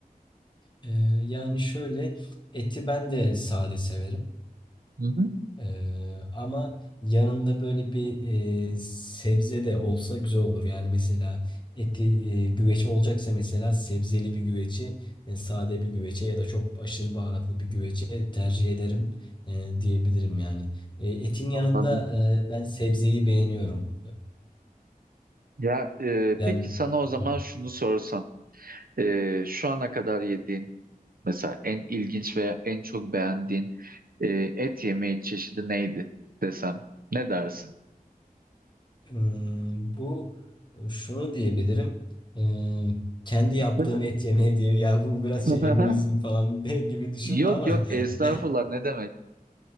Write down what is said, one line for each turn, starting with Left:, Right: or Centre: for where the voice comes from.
Left: Ee, yani şöyle eti ben de sade severim.
Right: Hı hı,
Left: Ee, ama yanında böyle bir e, sebze de olsa güzel olur. Yani mesela eti e, güveç olacaksa mesela sebzeli bir güveci, e, sade bir güvece ya da çok aşırı baharatlı bir güvece tercih ederim e, diyebilirim yani. E, etin yanında
Right: anladım.
Left: e, ben sebzeyi beğeniyorum.
Right: Ya e,
Left: Yani
Right: peki sana o zaman
Left: hı.
Right: şunu sorsam. Ee, şu ana kadar yediğin mesela en ilginç veya en çok beğendiğin e, et yemeği çeşidi neydi desem ne dersin?
Left: Hmm, bu şunu diyebilirim. Ee, kendi yaptığım
Right: Böyle-
Left: et yemeği diye ya bu biraz
Right: <laughs>
Left: şey egoizm falan <laughs> de- gibi düşünme
Right: Yok
Left: ama
Right: yok estağfurullah
Left: <laughs>
Right: ne demek.